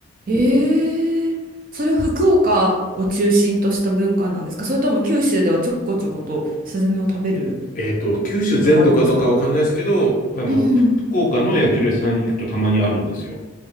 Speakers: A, on the right (about 40°); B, on the left (about 40°).
A: ええそれは福岡を中心とした文化なんですかそれとも九州ではちょこちょことスズメを食べる
B: えっと、九州全土かどうかわかんないですけど、
A: ことがあるんですかね
B: あの、
A: うん。
B: ふ福岡の焼き鳥屋さんに行くとたまにあるんですよ。